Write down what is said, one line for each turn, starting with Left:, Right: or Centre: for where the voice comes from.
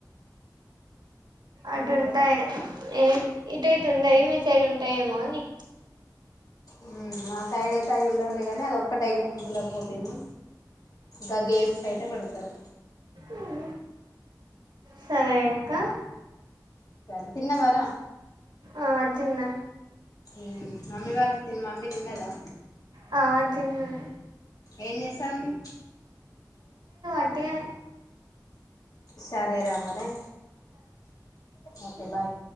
Right: అటుంటాయి
Left: ఏం పడ్డది
Right: ఏ ఇటుఇటు ఉండయి మీ సైడ్ ఉంటాయేమో అని
Left: హుమ్ మా సైడ్ అయితే అవి ఉండవులేగాని అదొక్కటేఇక ముగ్గుల పోటీను ఇంకా గేమ్స్ అయితే పెడతారు
Right: ఉమ్ సరే అక్క
Left: సర్ తిన్నవార
Right: ఆ తిన్న
Left: ఉమ్ మమ్మి వాళ్ళ తిన్ మమ్మీ తిన్నదా
Right: ఆ, తిన్నాను
Left: ఏం చేస్తాంది
Right: ఉత్తగానె
Left: సరే రా మరే ఓకే బాయ్